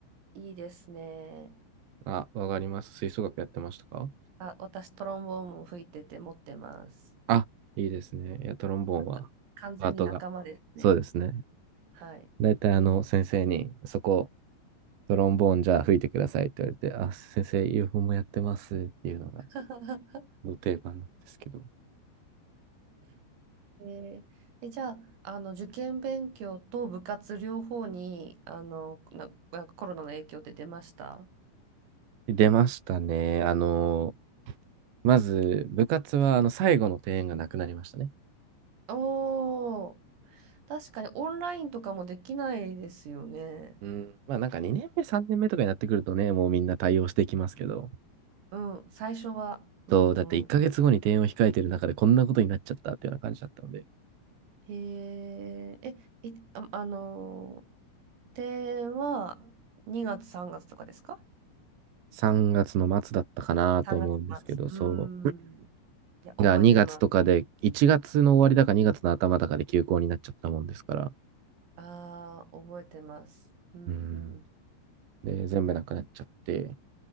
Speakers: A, on the right (about 90°); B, on the right (about 60°).
A: いいですね。
B: あ、わかります。吹奏楽やってましたか
A: あ、私、トロンボーンも吹いてて持ってます。
B: あ、いいですね。いや、トロンボーンは、
A: な完全に仲間ですね。
B: パートが。そうですね。
A: はい。
B: だいたいあの、先生に、そこ、トロンボーンじゃあ吹いてくださいって言われて、あ、先生、UFO もやってますっていうのが、
A: <laughs>
B: の定番なんですけど。
A: えーえ、じゃあ、あの、受験勉強と部活両方に、あの、な、なコロナの影響って出ました
B: 出ましたね。あの、まず、部活は、あの、最後の定演がなくなりましたね。
A: おー、確かにオンラインとかもできないですよね。
B: うん、まあなんか2年目、3年目とかになってくるとね、もうみんな対応していきますけど、
A: うん、最初は。うんうん。
B: そう、だって1ヶ月後に定演を控えてる中でこんなことになっちゃったっていうような感じだったので、
A: へえ、え、え、あ、あのー、では2月3月とかですか
B: 3月の末だったかなと思うんですけど、
A: ?3 月末。
B: そ
A: うーん。いや、覚えてます。
B: う。が2月とかで、1月の終わりだか2月の頭だかで休校になっちゃったもんですから、
A: ああ、覚えてます。うんうん。
B: うん。で、全部なくなっちゃって、